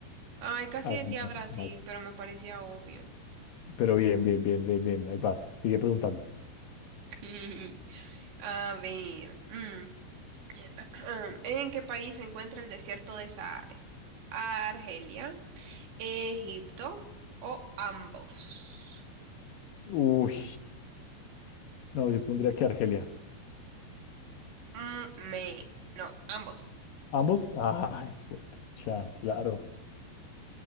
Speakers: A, on the right (about 80°); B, on the left (about 65°).
A: Ay, casi
B: ha
A: decía
B: ganado
A: Brasil,
B: más
A: pero me parecía obvio.
B: Pero bien, bien, bien, bien, bien. Ahí vas. Sigue preguntando.
A: <laughs> A ver, mm, <clears throat> ¿en qué país se encuentra el desierto de Sahara? Argelia, Egipto o ambos?
B: Uy. No, yo pondría que Argelia.
A: Mm, me, no, ambos.
B: ¿Ambos? Ay, ya, claro.